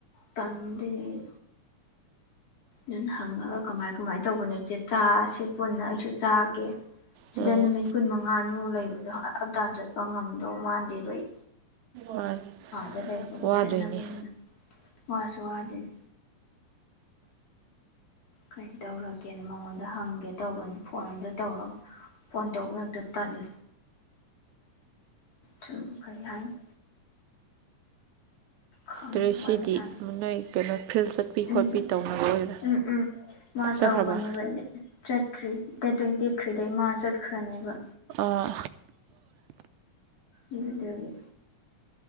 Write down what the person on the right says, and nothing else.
ꯎꯝ
ꯃꯥꯅꯤ
ꯋꯥꯗꯣꯏꯅꯦ
ꯇꯔ꯭ꯦꯁꯤꯗꯤ
ꯃ ꯅꯣꯏ ꯀꯩꯅꯣ ꯐꯤꯜ ꯆꯠꯄꯤ
ꯈꯣꯠꯄꯤ ꯇꯧꯅꯕꯣꯏꯔꯦ
ꯆꯠꯈ꯭ꯔꯕ
ꯑꯥ